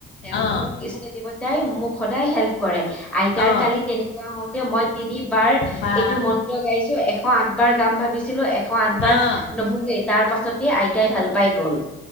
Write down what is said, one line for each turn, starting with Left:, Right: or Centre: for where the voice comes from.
Centre: এ
Left: অ',
Centre: মোক ইষ্ট দেৱতাই মোক সদায় হেল্প।। কৰে আইতাৰ
Left: অ',
Centre: কালি তেনেকোৱা হওঁতে মই তিনিবাৰ
Left: বা
Centre: এইটো মন্ত্ৰ গাইছো এশ আঠ বাৰ গাম ভাবিছিলো এশ আঠ বাৰ
Left: আহ
Centre: নহলে তাৰ পাছতে আইতাই ভাল পাই গ'ল